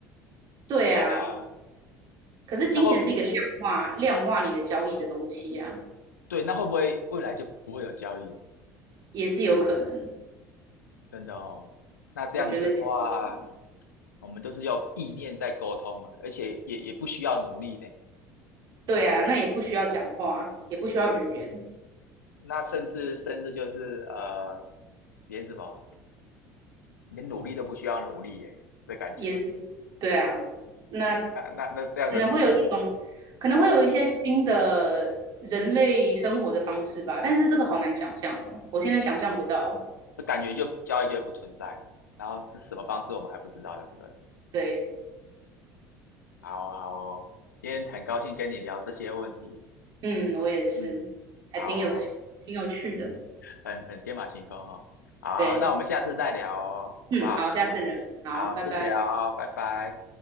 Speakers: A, on the right; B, on the left.
A: 对啊，
B: 哎呀，
A: 可是金钱是一个量化量化你的交易的东西呀、
B: 那会对，那会不会未来就不会有交易了？
A: 也是有可能。
B: 就是真的哦。那这样子的话，
A: 我觉得也是有可能
B: 我们都是用意念在沟通了，而且也也不需要努力呢。
A: 对啊，那也不需要讲话，也不需要语言。
B: 那甚至甚至就是呃，连什么连努力都不需要努力耶，这感觉。
A: 也是，对啊，那可
B: 那那那这样的事情，
A: 能会有一种，可能会有一些新的人类生活的方式吧，
B: 哎、
A: 但是这个好难想象哦，我现在想象不到。
B: 就感觉就交易就会不存在了然后是什么方式我们还不知道，对不对？
A: 对，
B: 好哦好哦，今天很高兴跟你聊这些问题，
A: 嗯，我也是，
B: 嗯，
A: 还挺有挺有趣的。
B: 好哦，很很天马行空哦。好，
A: 对，
B: 那我们下次再聊哦，
A: 嗯，
B: 好不好？
A: 好，下次聊，好，
B: 好，
A: 拜拜。
B: 谢谢哦，拜拜。